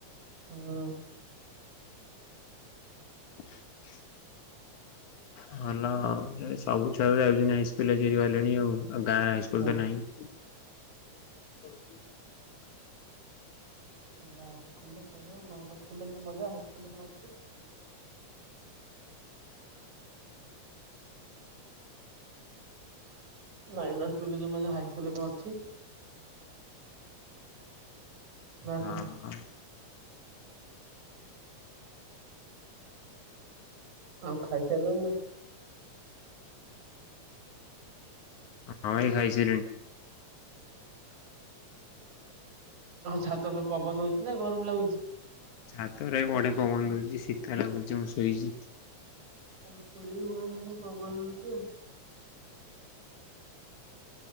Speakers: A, on the right (about 80°); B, on the left (about 85°).
A: ହଁ।
B: <inaudible> ଭଲ ସବୁ ଛୁଆ ଯାଉଛନ୍ତି ହାଇ ସ୍କୁଲ ଯିରି ଗଲେଣି ଆଉ। ଗାଁ ହାଇସ୍କୁଲ
A: ହୁଁ
B: ତ ନାହିଁ।
A: ମାଇ ସ୍କୁ ମଜା ହାଇ ସ୍କୁଛି। ମାଇନା ସ୍କୁଲୁ ରେ ଯଉ ମଜା, ହାଇ ସ୍କୁଲ ରେ କଣ ଅଛି? ନା
B: ହଁ
A: କଣ?
B: ହଁ।
A: ଆଉ ଖାଇ ଖାଇଲୁ ନା।
B: ହଁ ଏଇ ଖାଇସିଲୁଣି।
A: ଛାତ ଉପ ପବନ ହଉଛି ନା ଗରମ ଲାଗୁଛି।
B: ଛାତରେ ବଡେ ପବନ ହଉଛି ଶୀତ ଲଜମ ଶୋଇଛି।
A: ଆମ ପଟେ ବି ପବନ ହଉଛି।